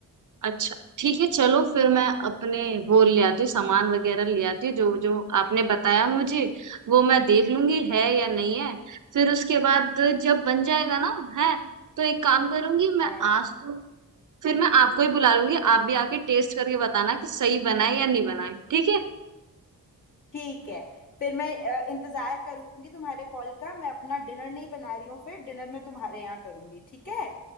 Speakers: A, on the right; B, on the left.
A: अच्छा ठीक है चलो फिर मैं अपने वो ले आती हूँ सामान वगैरह ले आती हूँ जो जो आपने बताया मुझे वो मैं देख लूंगी है या नहीं है फिर उसके बाद जब बन जाएगा ना है तो एक काम करूंगी मैं
B: हाँ
A: आज तो फिर मैं आपको ही बुला लूंगी आप भी आके टेस्ट करके बताना कि सही बना है या नहीं बना है ठीक है
B: ठीक है फिर मैं अ, इंतजार करूंगी तुम्हारे कॉल का मैं अपना डिनर नहीं बना रही हूँ फिर डिनर मैं तुम्हारे यहाँ करूंगी ठीक है